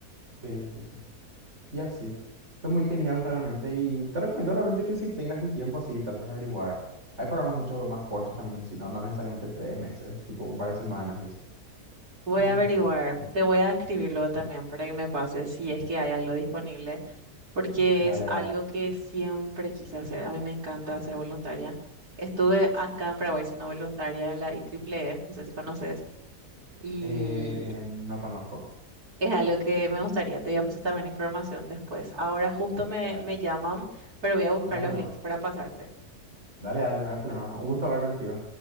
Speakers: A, on the right (about 45°); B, on the right (about 70°).
A: Sí, sí, sí. Y así. Es muy genial realmente. Y te recomiendo realmente que si tengas el tiempo así, trates de averiguar. Hay programas mucho más cortos también, si no, no necesariamente tres meses, tipo un par de semanas y eso.
B: Voy
A: Está muy
B: a averiguar,
A: bueno.
B: te voy a escribir luego también para que me pases si es que hay algo disponible, porque
A: Dale,
B: es algo
A: dale.
B: que siempre quise hacer. A mí me encanta ser voluntaria. Estuve acá en Paraguay siendo voluntaria en la I E, E E, no sé si conoces, y
A: Eh, no conozco.
B: es algo que me gustaría. Te voy a pasar también información después. Ahora justo me,
A: Dale, dale.
B: me llaman, pero voy a buscar
A: No hay
B: los
A: problema.
B: links para pasarte.
A: Dale, dale, no hay problema. Un gusto hablar contigo.